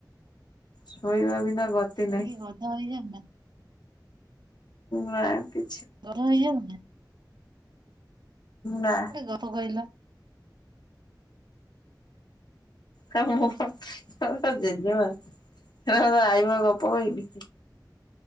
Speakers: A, on the left; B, on the right.
A: ଶୋଇବା ବିନା ଗତି
B: ସଇ
A: ନାହିଁ
B: ଗଧ ହେଇଯାଆନ୍ତା।
A: ନାଁ କି
B: ଗରମ୍ ହେଇ ଯାଉନିନା।
A: ନା
B: କୁଆଡେ ଗଲ କହିଲ।
A: ହଁ ତମ
B: କୁହ
A: ପାଖକୁ। ତୋ ଜେଜେମା ଆଉ କଣ ଆଈମା ଗପ କହିବି।